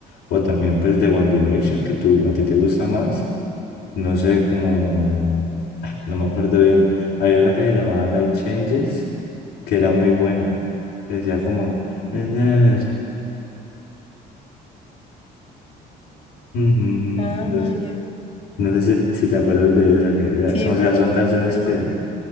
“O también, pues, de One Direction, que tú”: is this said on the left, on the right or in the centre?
Left